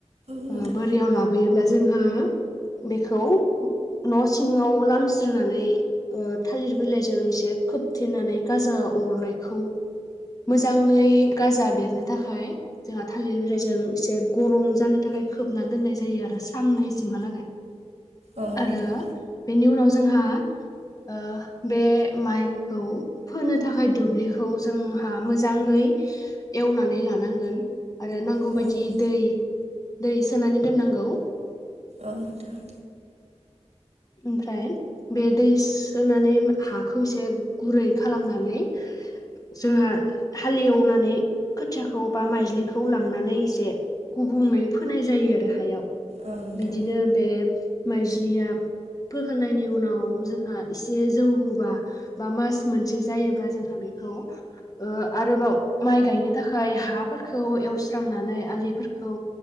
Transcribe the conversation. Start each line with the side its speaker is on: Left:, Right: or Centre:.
Right: नोंथां
Left: ओ लाबोयोब्ला जोंहा बेखौ न' सिंङाव लामस्रोनानै ओ थालिर बिलाइ जों एसे खोबथेनानै गाजा अरनायखौ मोजाङै गाजा बेरनो थाखाय जोंहा थालिर बिलाइजों एसे गरम जानो थाखाय खोबना दोननाय जायो आरो साननैसिमहालागै।
Right: औ नोंथां औ
Left: आरो
Right: नोंथां
Left: बेनि उनाव जो‌ जोंहा ओ बे माइखौ फोनो थाखाय दुब्लिखौ जोंहा मोजाङै एवनानै लानांगोन। आरो नांगौबायदि
Right: औ नोंथां
Left: दै दै सोनानै दोननांगौ
Right: औ नोंथां
Left: ओमफ्राय बे दै सोनानै हाखौ एसे गुरै खालामनानै जोंहा हालेवनानै खोथियाखौ बा माइज्लिखौ लांनानै एसे गुबुङै फोनाय जायो आरो हायाव।
Right: औ नोंथां
Left: बिदिनो बे माइज्लिया फोखांनायनि उनाव जोंहा एसे जौबोबा बा मास मोनसे जायोब्ला जोंहा बेखौ ओ आरोबाव माइ गायनो थाखाय हाफोरखौ एवस्रांनानै आलिफोरखौ